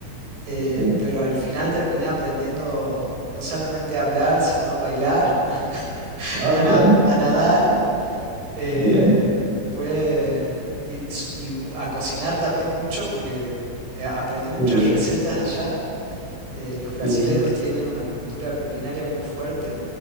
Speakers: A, on the right; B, on the right.
A: eh,
B: sí.
A: pero al final terminé aprendiendo no solamente a hablar, sino a bailar, <laughs>
B: Ah,
A: a,
B: bien,
A: na- a nadar eh,
B: bien.
A: fue y, so- y mu- a cocinar también mucho porque eh, aprendí
B: Qué
A: muchas
B: bien,
A: recetas allá. Eh, los brasileros
B: qué bien.
A: tienen una cultura culinaria muy fuerte,